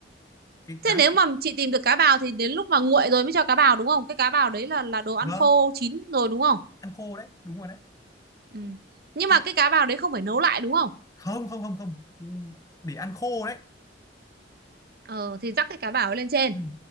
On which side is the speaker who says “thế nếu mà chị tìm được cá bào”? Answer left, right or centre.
Right